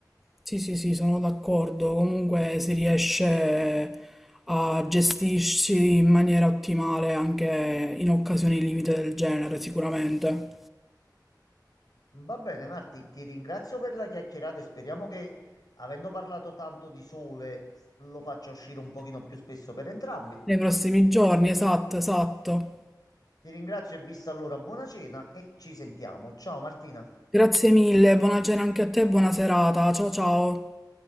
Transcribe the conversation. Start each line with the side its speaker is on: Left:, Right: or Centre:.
Centre: sì, sì, sì, sono d'accordo. Comunque si riesce a gestirci in maniera ottimale anche in occasioni limite del genere, sicuramente.
Left: Va bene, Marti, ti ringrazio per la chiacchierata e speriamo che, avendo parlato tanto di sole, s- lo faccia uscire un pochino più spesso per entrambi.
Centre: Nei prossimi giorni, esatto, esatto.
Left: Ti ringrazio e vista allora, buona cena e ci sentiamo. Ciao Martina.
Centre: Grazie mille, buona cena anche a te, buona serata. Ciao ciao.